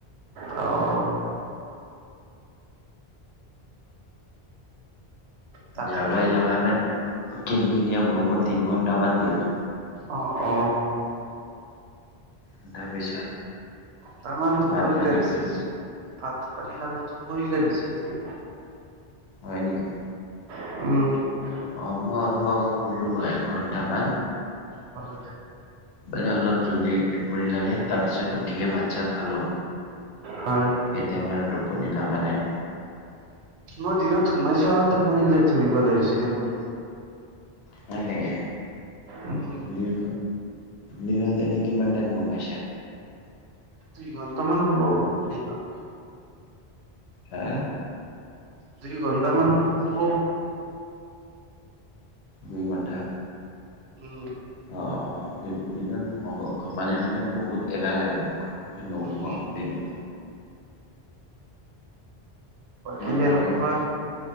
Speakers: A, on the right; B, on the left.
A: অঁ তাকেতো
B: জাগাই জাগাই মান কিন কিনিয়া বৰষুণ তিন ঘন্টামান দিলে
A: অ অ
B: তাৰপিছত
A: তামাম টোপনি
B: বানপানী
A: লাগিছে
B: বোলে
A: যে ভাত পানী খালো টোপনি লাগিছে এতিয়া
B: হয় নেকি
A: উম
B: অ মই অলপ আগত শুলো এক ঘন্টামান
A: হয়
B: মানে অলপ জলদি টোপনি লাগে তাৰ পিছত উঠিয়ে ভাত চাত খালো
A: হয়
B: এতিয়া বাৰু টোপনি লাগা নাই
A: মই দিনত সোমাইছো আৰু টোপনিলৈ ধৰিব ধৰিছে দেখোন
B: হয় নেকি
A: উম,
B: দিন দিনত এনে কিমান টাইম গম পাইছা
A: দুই ঘন্টামান হ'ব দিনত
B: হা
A: দুই ঘন্টামান হু হব
B: দুই ঘণ্টা
A: উম
B: অ দি দিনত ঘোমাব ঘোমালে মানে বহুত এলাহ লাগে মোক নুঘুমাও
A: উম,
B: দিনত
A: বাকি
B: তোমাক
A: আৰু
B: লাগেনে?
A: কোৱা